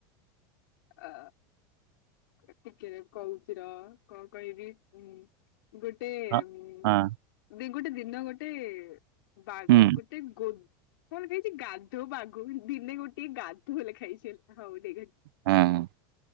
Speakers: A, on the left; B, on the right.
A: ଆ ଟିକେ କହୁଛି ରହ, କଣ କହିବି? ଗୋଟେ
B: ହଁ
A: ଉଁ
B: ହଁ
A: ଦି ଗୋଟେ ଦିନ ଗୋଟେ ବା
B: ହୁଁ
A: ଗୋଟେ ଗୋ କଣ ଖାଇଛି ଗାଧୁବାଘ ଦିନେ ଗୋଟିଏ ଗାଧୁ ଲେଖା ହୋଇଛି ହେଲା ଗୋଟେ
B: ହଁ